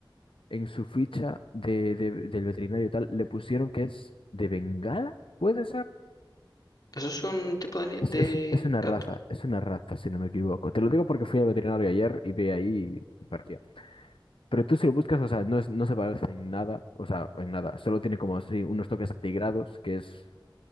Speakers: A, on the left; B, on the left.
A: en su ficha de, de- del veterinario y tal, le pusieron que es de Bengala, ¿puede ser?
B: Eso es un tipo de, ani-
A: Es,
B: de
A: es, es una
B: gato.
A: raza, es una raza, si no me equivoco. Te lo digo porque fui al veterinario ayer y vi ahí y parecía. Pero tú si lo buscas, o sea, no, es- no se parece en nada, o sea, en nada. Solo tiene como así unos toques atigrados, que es